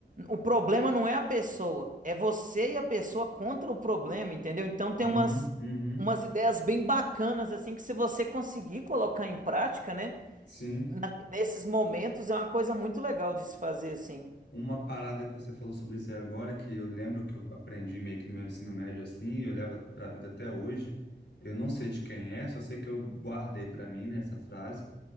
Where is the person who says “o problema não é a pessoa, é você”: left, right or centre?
Right